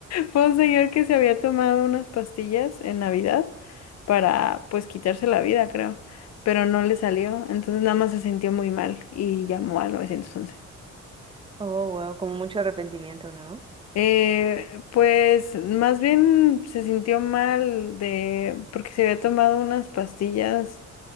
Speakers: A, on the left (about 60°); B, on the right (about 15°).
A: fue un señor que se había tomado unas pastillas en Navidad para pues quitarse la vida, creo, pero no le salió, entonces nada más se sintió muy mal y llamó al 911.
B: Oh, wow, como mucho arrepentimiento, ¿no?
A: Eh, pues más bien se sintió mal de porque se había tomado unas pastillas